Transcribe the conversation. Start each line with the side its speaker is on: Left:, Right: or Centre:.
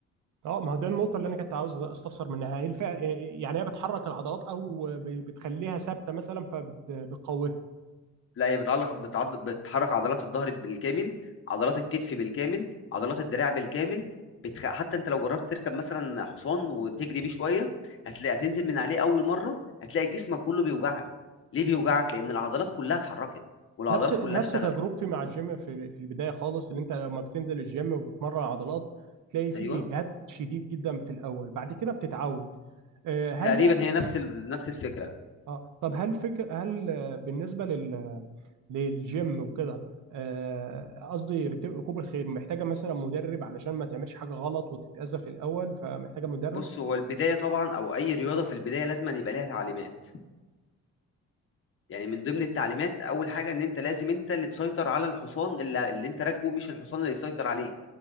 Right: اه ما هو ده النقطة اللي أنا كنت عاوز أستفسر منها هل الفع... يعني هي بتحرك العضلات أو ب- بتخليها ثابتة مثلا فبتقويها
Left: لا هي بتعلق بتعض... بتحرك عضلات الظهر بالكامل عضلات الكتف بالكامل عضلات
Right: مم.
Left: الدراع بالكامل بتخ... حتى انت لو جربت تركب مثلا حصان وتجري بيه شويه هتلاقي هتنزل من عليه اول مره هتلاقي جسمك كله بيوجعك ليه بيوجعك لان العضلات كلها اتحركت والعضلات
Right: نفس نفس
Left: كلها اشتغلت
Right: تجربتي مع الجيم في في البدايه خالص اللي انت لما بتنزل الجيم وبتمرن عضلات تلاقي في
Left: ايوه
Right: اجهاد شديد جدا في الاول بعد كده بتتعود آه، هل
Left: تقريبا
Right: بقى
Left: هي
Right: مثلا
Left: نفس ال... نفس الفكره
Right: اه طب هل فكر هل آه، بالنسبه لل... للجيم وكده آه، قصدي ركوب ركوب الخيل محتاجه مثلا مدرب علشان ما تعملش حاجه غلط وتتاذى في الاول فمحتاجه مدرب
Left: بص هو البدايه طبعا او اي رياضه في البدايه لازم أن يبقى ليها تعليمات يعني من ضمن التعليمات اول حاجه ان انت لازم انت اللي تسيطر على الحصان اللي, اللي انت راكبه مش الحصان اللي يسيطر عليك